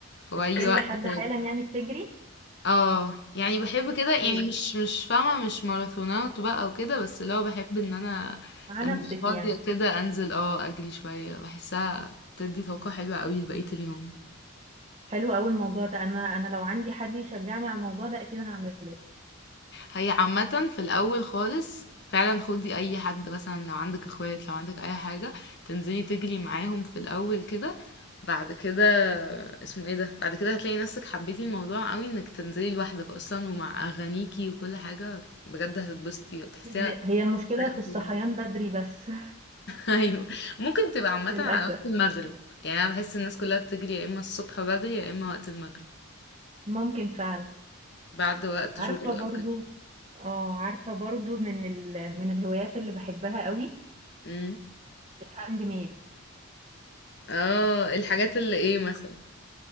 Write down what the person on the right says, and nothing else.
استيل
لحد
حالا يعني بتجري
كويس
مع
نفسك
يعني
حلو قوي الموضوع ده انا انا لو عندي حد يشجعني على الموضوع ده اكيد هعمله
هي هي المشكلة
في الصحيان
بدري بس
<laughs> للأسف
ممكن فعلا
عارفة
برضو
اه عارفة برضو من ال... من الهوايات اللي بحبها قوي
الهاند ميد